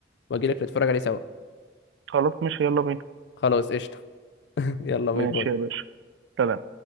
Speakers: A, on the left; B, on the right.
A: واجيلك نتفرج عليه سوا
B: خلاص ماشي يلا بينا
A: خلاص قشطه <laughs> يلا باي
B: ماشي
A: باي
B: يا باشا سلام